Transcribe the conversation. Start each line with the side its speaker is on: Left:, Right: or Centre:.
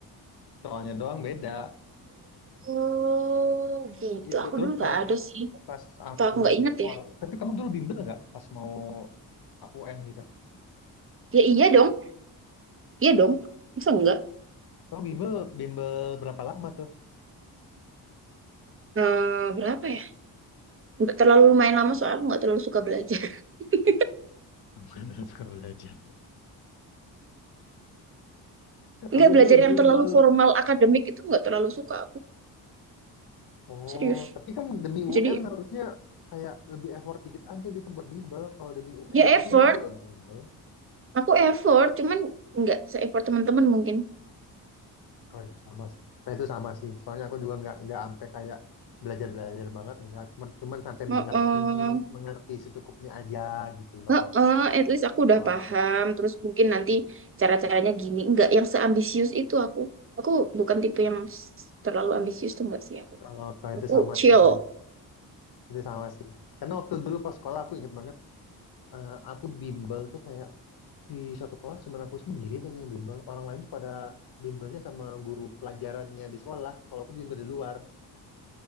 Left: Soalnya doang beda.
Right: Oh, gitu.
Left: Gitu.
Right: Aku
Left: Terus
Right: dulu nggak
Left: pas
Right: ada sih.
Left: Pas aku
Right: Atau aku nggak inget
Left: sekolah,
Right: ya.
Left: tapi kamu dulu bimbel nggak pas mau UN gitu?
Right: Ya iya dong. Iya dong. Masa enggak?
Left: Kamu bimbel bimbel berapa lama tuh?
Right: Eh, berapa ya? Nggak terlalu lumayan lama soalnya aku nggak terlalu suka belajar. <laughs>
Left: Aku kan harus suka belajar.
Right: nggak
Left: Aku
Right: belajar
Left: dulu
Right: yang
Left: bimbel.
Right: terlalu formal akademik itu nggak terlalu suka aku
Left: Oh,
Right: serius
Left: tapi kan demi
Right: jadi
Left: UN harusnya kayak lebih effort dikit aja gitu buat bimbel. Kalau demi UN,
Right: ya effort
Left: aku dulu juga bimbel.
Right: aku effort cuman nggak se-effort teman-teman mungkin
Left: Kalau itu sama sih. Kalau itu sama sih. Soalnya aku juga nggak nggak sampai kayak belajar-belajar banget, nggak. Cuman cuman sampai
Right: Heeh.
Left: mengerti mengerti secukupnya aja gitu loh
Right: Heeh, at least aku
Left: di sekolah.
Right: udah paham terus mungkin nanti cara-caranya gini nggak yang seambisius itu aku aku bukan tipe yang s- terlalu ambisius tuh nggak sih aku
Left: Kalau kalau itu
Right: aku
Left: sama
Right: chill
Left: sih. Kalau itu. Itu sama sih. Karena waktu dulu pas sekolah aku inget banget, eh, aku bimbel tuh kayak di satu kelas cuma aku sendiri kayaknya yang bimbel. Orang lain tuh pada bimbelnya sama guru pelajarannya di sekolah. Kalau aku bimbel di luar.